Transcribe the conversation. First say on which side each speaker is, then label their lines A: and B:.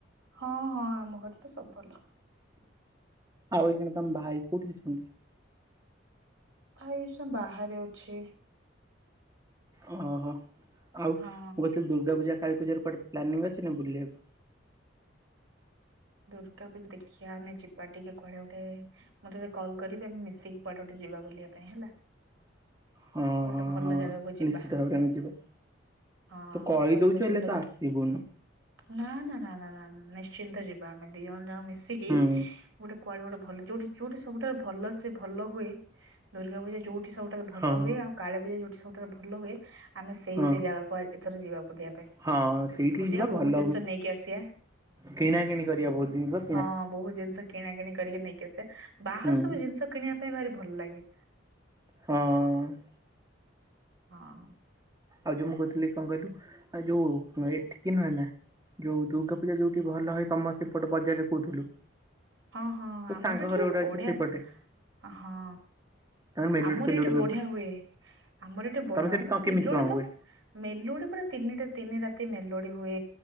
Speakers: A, on the right; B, on the right.
A: ହଁ ହଁ ଆମ ଘରେ ତ ସବୁ ଭଲ।
B: ଆଉ ଏଇଖିଣି ତମ ଭାଇ କୋଉଠି ଅଛନ୍ତି?
A: ଭାଇ ଏଇସୁଅ ବାହାରେ ଅଛି।
B: ଓହୋ। ଆଉ ମୁଁ
A: ହଁ।
B: କହୁଁଥିଲି ଦୁର୍ଗା ପୂଜା କାଳୀ ପୂଜା କୁଆଟେ ପ୍ଲାନିଂ ଅଛି ନା ବୁଲିବାକୁ?
A: ଦୁର୍ଗା ପୂଜା ଦେଖିବା ଆମେ ଯିବା ଟିକେ କୁଡେ ଗୋଟେ ମୁଁ ତତେ କଲ କରିବି ଆମେ ମିଶିକି କୁଆଟେ ଗଟେ ଯିବା ବୁଲିବା ପାଇଁ ହେଲା।
B: ହଁ
A: କୁଆଡେ
B: ହଁ
A: ଗୋଟେ ଭଲ
B: ହଁ
A: ଜାଗାକୁ ଯିବା।
B: ନିଶ୍ଚିତ ଭାବରେ ଆମେ ଯିବା।
A: ହଁ
B: ତୁ କହି
A: କୁଆଡେ
B: ଦଉଚୁ
A: ଗୋଟେ
B: ହେଲେ
A: ଭଲ
B: ତୁ
A: ଜାଗା
B: ଆସିବୁନୁ।
A: ନା ନା ନା ନା ନିଶ୍ଚିନ୍ତ ଯିବା ଆମେ ଦି ଜଣ ଯାକ ମିଶିକି
B: ହୁଁ
A: ଗୋଟେ କୁଆଡେ ଗୋଟେ ଭଲ ଯୋଉଠି ଯୋଉଠି ସବୁଠା ଭଲ ସେ ଭଲ ହୁଏ ଦୁର୍ଗା ପୂଜା ଯୋଉ ଠି ସବୁଠାରୁ ଭଲ
B: ହଁ
A: ହୁଏ। ଆଉ କାଳୀ ପୂଜା ଯୋଉଠି ସବୁଠାରୁ ଭଲ ହୁଏ। ଆମେ ସେଇ
B: ହଁ
A: ସେଇ ଜାଗାକୁ ଏଥର ଯିବା ବୁଲିବା ପାଇଁ।
B: ହଁ ସେଇଠିକି
A: ବୁଲିବା,
B: ଯିବା
A: ବହୁତ
B: ଭଲ
A: ଜିନିଷ ନେଇକି ଆସିବା।
B: କିଣା କିଣି କରିବା ବହୁତ ଜିନଷ।
A: ହଁ ବହୁତ ଜିନିଷ କିଣା କିିଣି କରିକି ନେଇକି ଆସିବା। ବାହାରୁ
B: ହୁଁ
A: ସବୁ ଜିନିଷ କିଣିବା ପାଇଁ ଭାରି ଭଲ ଲାଗେ।
B: ହଁ।
A: ହଁ।
B: ଆଉ ଯୋଉ ମୁଁ କହିଥିଲି କଣ କହିଲୁ। ଆ ଯୋଉ ଏଠିକି ନୁହେ ନା ଯୋଉ ଦୁର୍ଗା ପୂଜା ଯୋଉଠି ଭଲ ହଏ ତମ ସେପଟେ ବଜାରରେ କହୁଥିଲୁ।
A: ହ, ହଁ
B: ତୋ
A: ଆମର
B: ସାଙ୍ଗ
A: ଏଠି
B: ଘର ଗୋଟେ
A: ବଢିଆ
B: ଅଛି ସେଇପଟେ
A: ହଁ।
B: ତାଙ୍କର ମେଲୋଡି
A: ଆମର
B: ଫେଲୋଡି
A: ଏଠି ବଢିଆ
B: ପା
A: ହୁଏ। ଆମର ଏଠି ବଢିଆ
B: ତମେ
A: ହୁଏ।
B: ସେଠି
A: ଆମର
B: କଣ କେମିତି
A: ମେଲୋଡି
B: କଣ
A: ତ
B: ହୁଏ?
A: ମେଲୋଡି ପୁରା ତିନିଟା ତିନି ରାତି ମେଲୋଡି ହୁଏ।